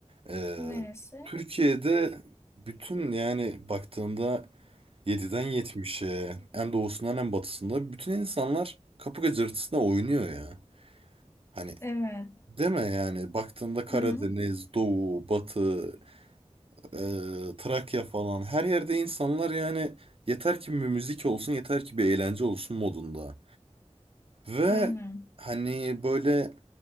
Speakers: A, on the right; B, on the left.
A: Ee,
B: Neresi?
A: Türkiye'de bütün yani baktığında yediden yetmiş'e en doğusundan en batısında bütün insanlar kapı gıcırtısına oynuyor ya. Hani
B: Evet.
A: deme yani baktığında Karadeniz,
B: Hı hı.
A: Doğu, Batı, e, Trakya falan her yerde insanlar yani yeter ki bir müzik olsun yeter ki bir eğlence olsun modunda. Ve
B: Aynen.
A: hani böyle